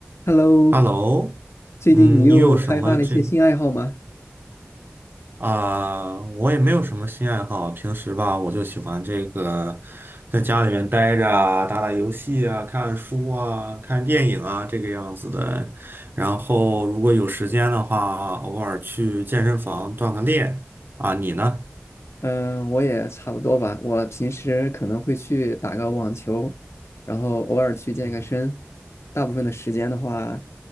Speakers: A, on the left; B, on the right.
A: Hello，
B: Hello，
A: 最近你又开发了一些新爱好吗？
B: 嗯，你有什么这啊、我也没有什么新爱好，平时吧，我就喜欢这个在家里面待着啊，打打游戏啊，看看书啊，看电影啊，这个样子的。然后如果有时间的话，偶尔去健身房锻个炼啊。你呢？
A: 嗯，我也差不多吧。我平时可能会去打个网球，然后偶尔去健个身。
B: 嗯，
A: 大部分的时间的话，